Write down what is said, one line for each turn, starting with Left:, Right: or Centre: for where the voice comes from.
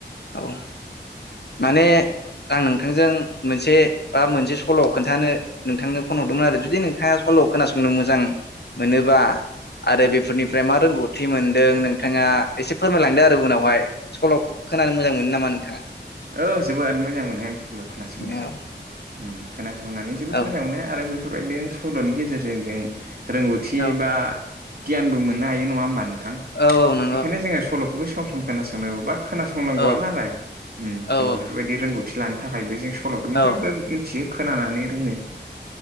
Left: औ माने आं नोंथांजों मोनसे बा मोनसे सल' खोन्थानो नोंथांनो फन हरदोंमोन आरो जुदि नोंथाङा सल' खोनासंनो मोजां मोनोबा आरो बेफोरनिफ्राय मा रोंगौथि मोनदों नोंथाङा एसे फोरमायलांदो आरो उनावहाय सल' खोनानो मोजां मोनो नामा नोंथाङा
Right: औ जोबोद मोजां मोनो आं सल' खोनासंनो
Left: औ
Right: उम खोनासंनानै जोबोद
Left: औ
Right: मोजां मोनो आरो बेफोरबायदिनो सल'नि गेजेरजों जों रोंगौथि
Left: औ
Right: बा गियानबो मोननो हायो नङा होमबा नोंथां
Left: औ औ नंगौ
Right: बेनिखायनो जोङो सल' खौबो सम सम खोनासंनोांगौ बा खोनासंनांगौआनो
Left: औ
Right: आरो उम
Left: औ
Right: जों बेफोरबायदि रोंगौथि लानो थाखायबो जों सल'फोरनिफ्रायबो
Left: औ
Right: मिथियो खोनानानै रोङो